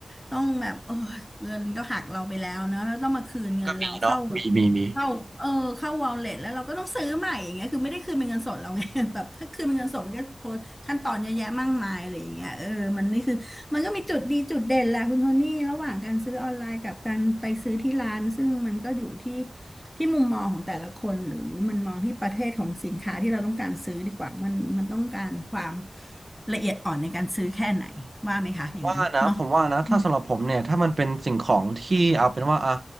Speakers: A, in the centre; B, on the right.
A: ต้องแบบโอ้ยเงินก็หักเราไปแล้วเนอะแล้วต้องมาคืนเงินเราเข้า
B: ก็มีเนาะมีมีมี
A: เข้าเออเข้าวอลเล็ตแล้วเราก็ต้องซื้อใหม่อย่างเงี้ยคือไม่ได้คืนเป็นเงินสดเราไง <laughs> แบบถ้าคืนเป็นเงินสดมันก็โพสต์ขั้นตอนเยอะแยะมากมายอะไรอย่างเงี้ยเออมันนี่คือ มันก็มีจุดดีจุดเด่นแหละคุณโทนี่ระหว่างการซื้อออนไลน์กับการไปซื้อที่ร้านซึ่งมันก็อยู่ที่ที่มุมมองของแต่ละคนหรือมันมองที่ประเภทของสินค้าที่เราต้องการซื้อดีกว่ามันมันต้องการความละเอียดอ่อนในการซื้อแค่ไหนว่าไหมคะอย่างนั้นเนาะ
B: ว่านะผมว่านะถ้าสำหรับผมเนี่ยถ้ามันเป็นสิ่งของที่เอาเป็นว่าอะ
A: อืม